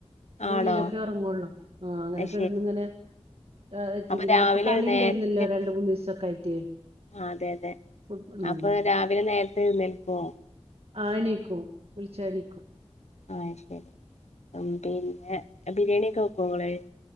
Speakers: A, on the right; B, on the left.
A: ആയിന്റെ
B: ആണോ
A: ഉള്ളിലൊക്കെ എറങ്ങുള്ളൂ ആഹ് അങ്ങനെ
B: അത്
A: കെടന്ന്
B: ശരി
A: ഇങ്ങനെ ആഹ്
B: അപ്പൊ
A: പിന്നെ
B: രാവിലെ
A: ഇപ്പൊ കളിണ്ടായിരുന്നല്ലോ
B: നേരത്തെ എഴുന്നേൽ-
A: രണ്ട്, മൂന്നൂസൊക്കെ ആയിട്ട്.
B: അതെ അതെ
A: ഫുട് ഉം
B: അപ്പൊ രാവിലെ നേരത്തെ ഏഴുന്നേൽക്കോ
A: ആഹ് ണീക്കും. വിളിച്ചാ ണീക്കും.
B: ആഹ് ശരി ഉം പിന്നെ ബിരിയാണിയോക്കെ വെക്കോ ഇങ്ങള്